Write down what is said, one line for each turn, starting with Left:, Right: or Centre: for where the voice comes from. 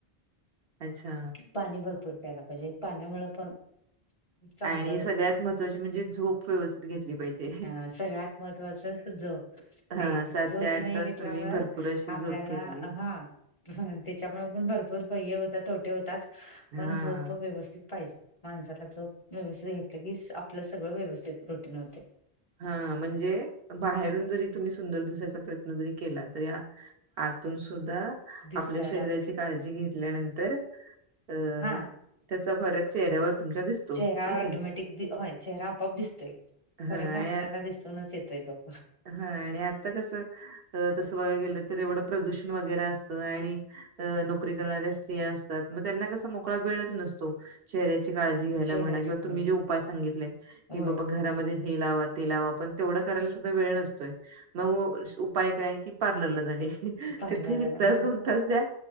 Right: अच्छा.
Left: पाणी भरपूर प्यायला पाहिजे पाण्यामुळ पण चांगलं
Right: आणि सगळ्यात महत्त्वाची म्हणजे झोप व्यवस्थित घेतली पाहिजे.
Left: अ सगळ्यात महत्वाचं झोप
Right: हां,
Left: ते झोप
Right: ते
Left: नाही
Right: तास
Left: घेतल्यामुळ
Right: तुम्ही भरपूर अशी
Left: आपल्याला
Right: झोप घेतली.
Left: हा. त्याच्यामुळे पण भरपूर पय्य होतात. तोटे होतात
Right: हां.
Left: पण झोप व्यवस्थित पाहिजे. माणसाला झोप व्यवस्थित घेतलं की आपलं सगळं व्यवस्थित रूटीन होतय.
Right: हा म्हणजे बाहेरून जरी तुम्ही सुंदर दिसायचा प्रयत्न जरी केला तरी आतून सुद्धा
Left: दिसायला
Right: आपल्या शरीराची काळजी घेतल्यानंतर अ
Left: हा
Right: त्याचा फरक चेहऱ्यावर तुमच्या दिसतो
Left: चेहरा
Right: होय की
Left: ऑटोमॅटिक
Right: नाही?
Left: दि होय चेहरा आपोआप दिसतोय
Right: हाय
Left: फरक आपल्याला दिसूनच येतोय तो.
Right: हा आणि आता कसं तसं बघाय गेलं तर एवढं प्रदूषण वगैरे असतं आणि अ नोकरी करणाऱ्या स्त्रिया असतात. म त्यांना कसा मोकळा वेळच नसतो. चेहऱ्याची काळजी घ्यायला
Left: चेहऱ्याची
Right: म्हणा किंवा
Left: काळजी
Right: तुम्ही जे उपाय सांगितले की
Left: होय
Right: बाबा घरामध्ये हे लावा ते लावा पण तेवढं करायला सुद्धा वेळ नसतोय म <inaudible> उपाय काय की पार्लरला जाणे
Left: पार्लर
Right: तिथे
Left: जाण्या
Right: एक तास दोन तास द्या